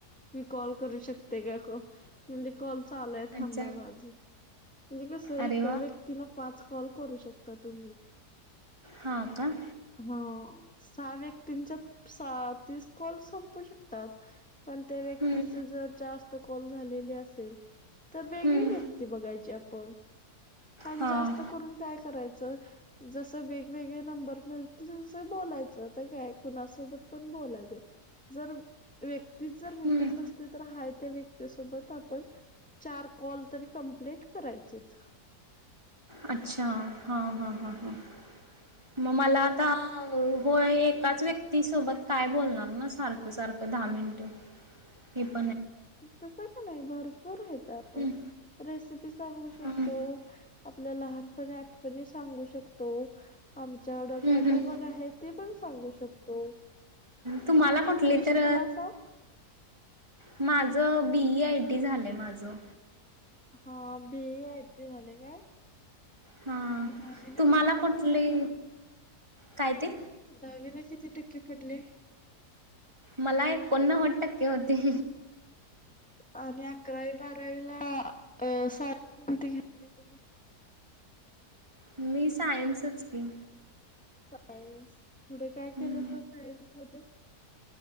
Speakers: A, in the centre; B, on the right.
A: मी कॉल. करू शकते का कॉल् म्हणले कॉल्. चालू आहे, थांबा
B: अच्छा
A: माझे म्हणजे कसं आहे.
B: अरे वा
A: का व्यक्तीला पाच कॉल्. कॉल करू शकता तुम्ही.
B: हा का?
A: हा सहा व्यक्तीच्या त सहा तीस कॉल संपू शकतात. पण त्या व्यक्तीच
B: हम्म
A: जर जास्त कॉल् झालेले असेल. तर वेगळी
B: हम्म
A: व्यक्ती बघायची आपण आणि
B: हां
A: जास्त करून काय करायच. च जस वेगवेगळ्या नंबर. त बोलायचं आता काय कुणासोबत पण बोलायचं जर व्यक् तीच जर भेटत
B: हम्म
A: नसते तर हा. व्यक्ती सोबत आप चार कॉल तरी कंप्लीट करायचेत.
B: अच्छा हा हा हा हा मग मला आता. होय एकाच व्यक्तीसोबत काय बोलणार ना सारखं सारखं दहा मिनटं. ही प
A: तस का नाही भरपूर येत आपण
B: हम्म
A: रेसिपी सांगू शकतो.
B: हम्म
A: आपल्या लहानपणी आठपणी सांगू शकतो आमच्याकड काय
B: हम्म
A: काय बघा आहे ते पण. सांगू शकतो.
B: तुम्हाला
A: तुम्ही कितवी
B: कुठली
A: शिकलासा
B: तर माझ. जं बीई आय टी झालंय माझं.
A: हा बी ए आय टी झाले काय.
B: हा
A: दहावीला
B: तुम्हाला
A: किती टक्के?
B: कुठली काय ते.
A: दहावीला किती टक्के पडले.
B: मला एकोणन्नवद टक्के होते.
A: ह <unintelligible> आणि अकरावी बारावीला अ साईड कुणती घेतली तुम्ही
B: मी सायन्सच की
A: सायन्स पुढे काय
B: हम्म
A: केलं स सायन्स मधून